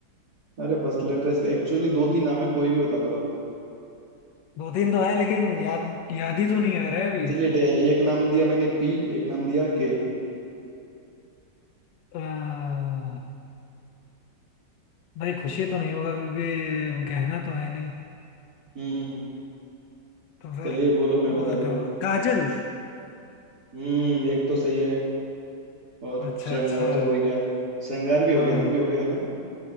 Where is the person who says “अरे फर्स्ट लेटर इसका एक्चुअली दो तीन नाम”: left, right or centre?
Right